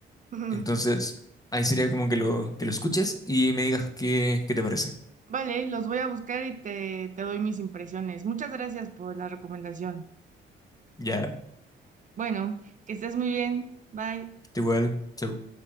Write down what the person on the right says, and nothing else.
Ujú.
Vale, los voy a buscar y te, te doy mis impresiones. Muchas gracias por la recomendación.
Bueno, que estés muy bien. Bye.